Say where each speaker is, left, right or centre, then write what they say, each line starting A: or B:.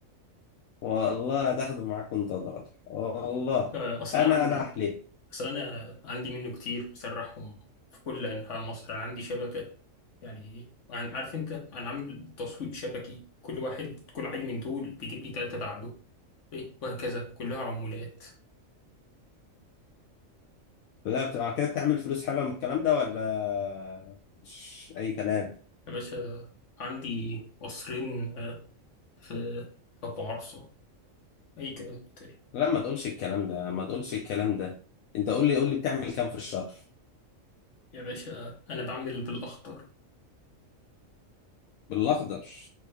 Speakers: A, on the left (about 80°); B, on the left (about 60°).
A: والله هتاخده معاك وانت ضالع والله
B: لا أصل
A: انا
B: أنا عندي
A: انا احلف
B: أصل أنا عندي منه كتير بسرحهم في كل أنحاء مصر أنا عندي شبكة يعني إيه، عن- عارف أنت أنا عامل تسويق شبكي كل واحد كل عيل من دول بيجيب لي تلاتة بعده إيه وهكذا كلها عمولات
A: لا بتبقى كده بتعمل فلوس حلوه من الكلام ده ولا مش اي كلام
B: يا باشا عندي قصرين آه، في في أبو عرصة أي كلام تاني
A: لا ما تقولش الكلام ده ما تقولش الكلام ده انت قول لي قول لي بتعمل كام في الشهر
B: يا باشا أنا بعمل بالأخطر
A: بالاخضر